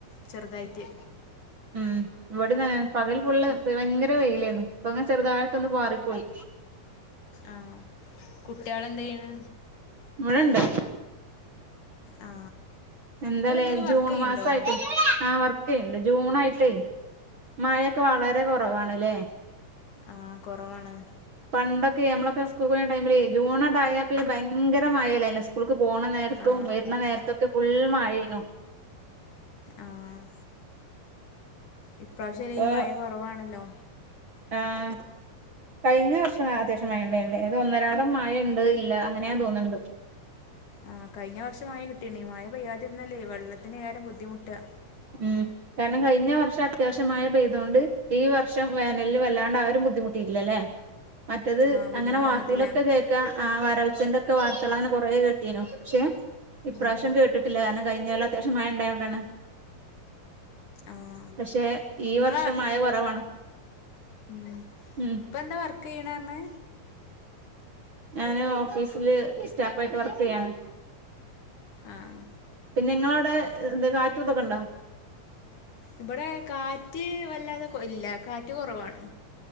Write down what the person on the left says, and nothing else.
ചെറുതായിട്ട്
കു
ആഹ് കുട്ട്യാള് എന്താ ചെയ്യണ്
ആ
ഇപ്പൊ എന്തേലും
വർക്ക് ചെയ്യണ്ടോ
ആഹ് കൊറവാണ്
ആ
ആഹ് ഇപ്രാവശ്യല്ലേലും
മഴ കൊറവാണല്ലോ
ആഹ് കഴിഞ്ഞ വർഷം മഴ കിട്ടിണ്ട് മഴ പെയ്യാതിരുന്നാലേ വെള്ളത്തിന് ഏറെ ബുദ്ധിമുട്ടാ
ആഹ് ബുദ്ധിമുട്ട്
വന്നിട്ടില്ല
ഉം
ആഹ്
ഇങ്ങളെ
ഉം
ഇപ്പോ എന്താ വർക്കിയ്യണ് പറഞ്ഞ്
ആഹ്
ഇബടെ കാറ്റ് വല്ലാതെ കൊ ഇല്ല കാറ്റ് കൊറവാണ്